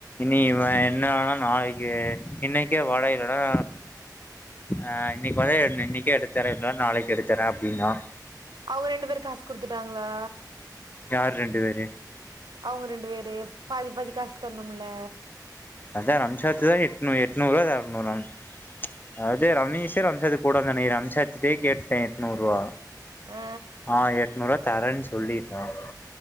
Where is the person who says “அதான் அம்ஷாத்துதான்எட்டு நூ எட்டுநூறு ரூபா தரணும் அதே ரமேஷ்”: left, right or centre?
Left